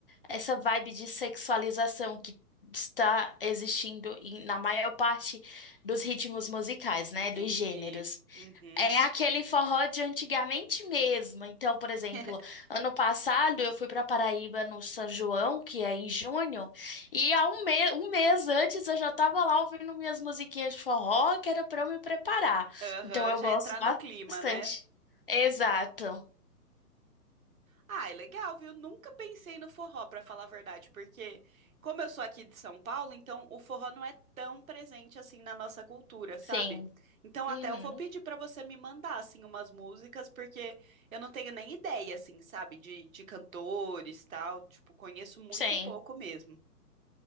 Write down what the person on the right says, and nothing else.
Entendi.
Uhum.
<laughs>
Aham,
já
entrar
no clima, né?
Ah, é legal, viu? Nunca pensei no forró, pra falar a verdade, porque como eu sou aqui de São Paulo, então o forró não é tão presente assim na nossa cultura, sabe?
Então até
eu vou pedir pra você me mandar assim umas músicas, porque eu não tenho nem ideia assim, sabe, de, de cantores, tal, tipo, conheço muito
pouco mesmo.